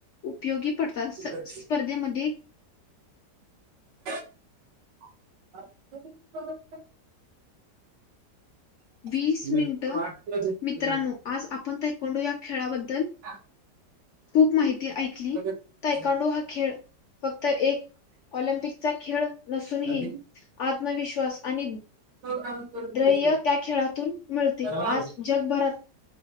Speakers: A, on the left; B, on the right.
A: उपयोगी. स्पर्धा असतात,
B: कुठे?
A: स्पर्धेमध्ये
B: <inaudible>
A: वीस
B: करून
A: मिनट,
B: तुला वाटतं का भेटलं?
A: मित्रांनो आज आप पण तायकांडूला या खेळाबद. बद्दल
B: खा.
A: खूप माहिती ऐकली,
B: सगळं
A: तायकांडो हा खेळ फक्त एक ऑलिम्पिकचा खेळ. नसूनही
B: राहतील
A: आत्मविश्वास आणि
B: तो काम करतो
A: ध्य.
B: तसं
A: खेळातून मिळते
B: तर जाऊ. आम्ही
A: आज जगभरात.